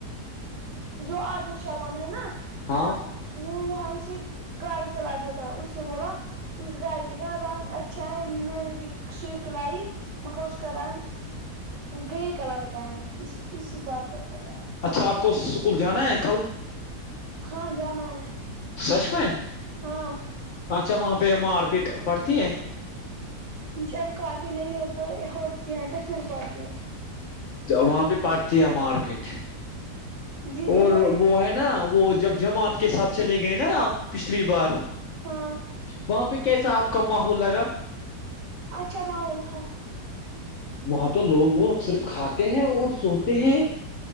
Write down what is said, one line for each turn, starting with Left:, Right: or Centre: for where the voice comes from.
Right: جو عادل شامن ہے نا
Left: ہاں
Right: وہ وہیں سے گائے جلاتا تھا اس نے بولا اس گاڑی کا رنگ اچھا ہے میں نے بھی سوفٹ لائی مگر اس کا رنگ گرے کلر کا ہے اس اسی بات پر بتایا
Left: اچھا آپ کو اسکول جانا ہے کل
Right: ہاں جانا ہے
Left: سچ میں
Right: ہاں
Left: اچھا وہاں پہ مار پیٹ پڑتی ہے
Right: جب کا بھی نہیں ہوتا ہو تٹر س ر پتی ہے <unintelligible>
Left: تو وہاں پہ پارتی ہے مار پیٹ
Right: جی ج
Left: اور وہ ہے نا وہ جب جماعت کے ساتھ چلے گئے نا آپ پچھلی بار
Right: ہاں
Left: وہاں پہ کیسا آپ کا ماحول لگا
Right: اچھا ماحول تھا
Left: وہاں تو لوگ وہ صرف کھاتے ہیں اور سوتے ہیں